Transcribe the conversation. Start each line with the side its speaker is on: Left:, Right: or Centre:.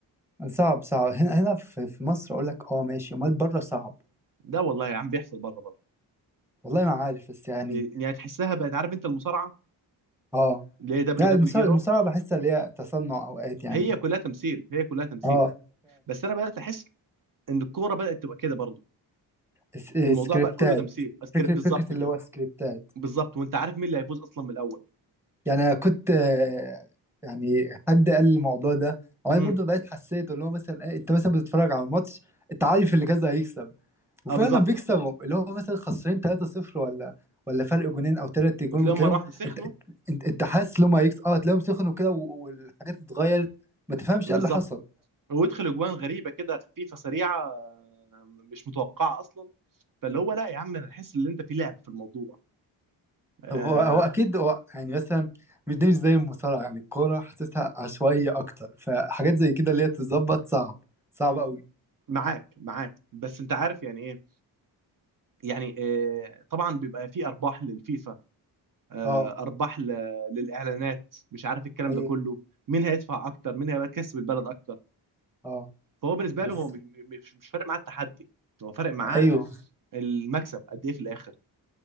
Centre: صعب صعب هنا هنا في في مصر أقول لك اه ماشي أمال بره صعب
Right: ده والله يا عم بيحصل بره برضه
Centre: والله ما عارف بس يعني
Right: يعني تحسها بقت عارف انت المصارعه
Centre: اه
Right: اللي هي دبليو
Centre: لا
Right: دبليو
Centre: المصارعة
Right: اي رو
Centre: المصارعة بحسها اللي هي تصنع أوقات يعني
Right: هي كلها تمثيل هي كلها تمثيل
Centre: اه
Right: بس انا بدات احس ان الكوره بدات تبقى كده برضه
Centre: س- آه،
Right: الموضوع
Centre: سكريبتات
Right: بقى كله تمثيل أذكر
Centre: فكرة
Right: بالظبط
Centre: فكرة اللي
Right: كده
Centre: هو سكريبتات
Right: بالظبط وانت عارف مين اللي هيفوز اصلا من الاول
Centre: يعني أنا كنت آه، يعني حد قال لي الموضوع ده أو أنا
Right: امم
Centre: برضه بقيت حسيت اللي هو مثلا إيه، أنت مثلا بتتفرج على الماتش أنت عارف اللي كذا هيكسب وفعلا
Right: اه بالظبط
Centre: بيكسبوا اللي هو مثلا خسرين 3-0 ولا ولا فرق جونين أو تلات جون
Right: وتلاقيهم
Centre: وتلاقيهم
Right: مره واحده سخنوا
Centre: أنت أنت أنت حاسس إن هم هيكسبوا أه تلاقيهم سخنوا كده و- والحاجات اتغيرت ما تفهمش
Right: بالظبط
Centre: إيه اللي حصل
Right: ويدخل اجوان غريبه كده خفيفه سريعه آه، مش متوقعه اصلا فاللي هو لا يا عم انا احس ان انت في لعب في الموضوع آه
Centre: طب هو هو اكيد هو يعني مثلا مش دي مش زي المصارعه يعني الكوره حاسسها عشوائيه اكتر فحاجات زي كده اللي هي تتظبط صعب صعب قوي
Right: معاك معاك بس انت عارف يعني ايه يعني آه، طبعا بيبقى في ارباح للفيفا آه،
Centre: اه
Right: ارباح ل- للاعلانات مش عارف الكلام
Centre: ايوه
Right: ده كله مين هيدفع اكتر مين هيبقى كسب البلد اكتر
Centre: اه
Right: فهو بالنسبه
Centre: بس
Right: له هو مش مش- مش فارق معاه التحدي هو فارق معاه
Centre: ايوه
Right: المكسب قد ايه في الاخر